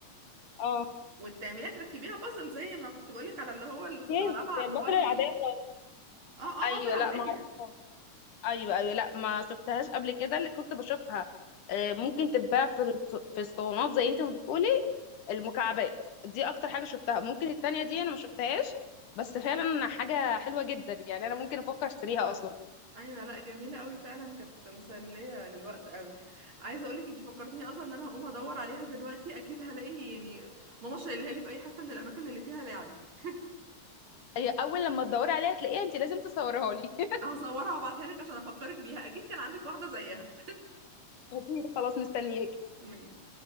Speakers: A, on the left; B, on the right.
A: اه
B: والتعميرية تركبيها بازل زي ما كنت بقولك على اللي هو اللي كنت
A: كيف
B: بلعبها على
A: زي
B: الموبايل
A: البازل العاديه
B: دي
A: خالص
B: اه اه
A: ايوه
B: بازل عادية
A: لا ما اعرفهاش ايوه ايوه لا ما شفتهاش قبل كده اللي كنت بشوفها آه، ممكن تتباع في الص- في الصالونات زي انت ما بتقولي المكعبات دي اكتر حاجه شفتها ممكن التانية دي انا ما شفتهاش بس فعلا حاجه حلوه جدا يعني انا ممكن افكر اشتريها اصلا
B: ايوه لا جميلة قوي فعلا كانت مسلية للوقت قوي عايزة اقولك انت فكرتيني اصلا ان انا هقوم ادور عليها دلوقتي اكيد هلاقي يعني ماما شايلها لي في اي حتة من الاماكن اللي فيها لعبي <laughs>
A: هي اول لما تدوري عليها تلاقيها انت لازم تصورها لي <laughs>
B: هصورها وابعتها لك عشان افكرك بيها اكيد كان عندك واحدة زيها
A: اكيد خلاص مستنياك
B: <laughs> ماشي